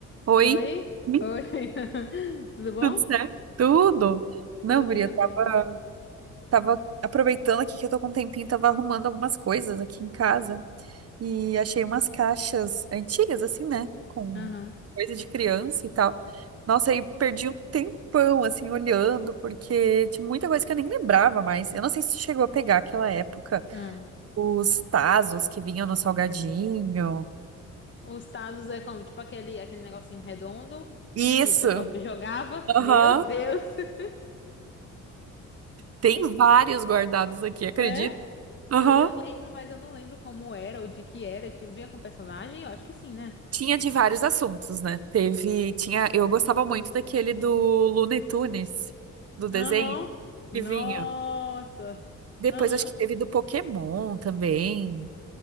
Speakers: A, on the right; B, on the left.
A: Oi,
B: Oi?
A: Ih,
B: Oi. <laughs> Tudo bom?
A: tudo certo? Tudo. Não,
B: Tudo
A: guria,
B: bem também.
A: tava, tava aproveitando aqui que eu tô com um tempinho, tava arrumando algumas coisas aqui em casa e achei umas caixas antigas, assim, né? Com
B: Aham.
A: coisa de criança e tal. Nossa, aí perdi um tempão, assim, olhando, porque tinha muita coisa que eu nem lembrava mais. Eu não sei se chegou a pegar aquela época,
B: Ah.
A: os tazos que vinham no salgadinho.
B: Os tazos é como, tipo aquele, aquele negocinho redondo
A: Isso!
B: que o pessoal jogava. Meu
A: Aham.
B: Deus! <laughs>
A: Tem vários guardados aqui, acredito.
B: É?
A: Aham.
B: Eu, eu lembro, mas eu não lembro como era ou de que era. Tinha, vinha com personagem? Eu acho que sim, né?
A: Tinha de vários assuntos, né? Teve, tinha, eu gostava muito daquele do Looney Tunes, do desenho
B: Aham. Nossa.
A: que vinha. Depois
B: Aham.
A: acho que teve do Pokémon também.